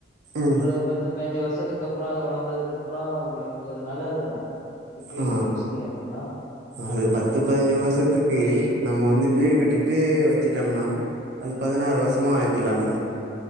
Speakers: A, on the right; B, on the left.
A: ம்
B: ஒரு பத்து பய்ஞ்சு வருசத்துக்கு அப்புறோ அது வளர்ந்ததுக்கு அப்புறோ உங்களுக்கு அது நல்லது தான இப்பயே
A: ஆ
B: நீங்க வச்சுட்டீங்க அப்டின்னா
A: அது பத்து பதினஞ்சு வருசத்துக்கு நம்ம வந்து வீடு கட்டிட்டு வச்சுட்டம்னா அது பதினாறு வருஷமா ஆக்கிலாம்ல